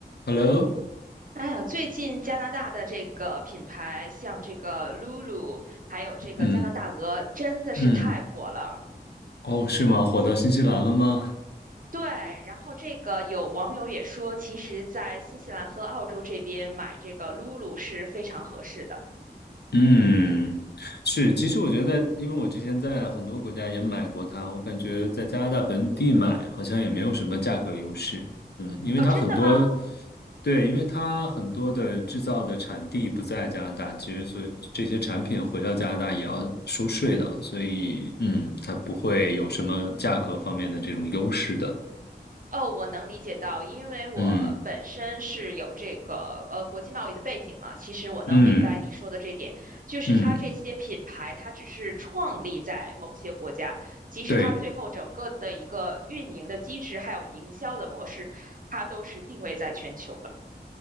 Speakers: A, on the left; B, on the right.
A: Hello，
B: 哎呀，最近加拿大的这个品牌，像这个 Lulu，还有这个加拿大鹅，
A: 嗯
B: 真的是太火了。
A: 嗯，哦，是吗？火到新西兰了吗？
B: 对，然后这个有网友也说，其实，在新西兰和澳洲这边买这个 Lulu 是非常合适的。
A: 嗯，是。其实我觉得在，因为我之前在很多国家也买过它，我感觉在加拿大本地买好像也没有什么价格优势。嗯，因为它很多，
B: 哦，真的吗？
A: 对，因为它很多的制造的产地不在加拿大，其实所以这些产品回到加拿大也要收税的，所以嗯，它不会有什么价格方面的这种优势的。
B: 哦，我能理解到，因为我本身是有这个呃国际贸易的背景嘛，
A: 嗯
B: 其实我能明白你说的这点，
A: 嗯
B: 就是它这些品牌，
A: 嗯，
B: 它只是创立在某些国家，即使它最后整个的一个运营的机制还有营销的模式，
A: 对。
B: 它都是定位在全球的，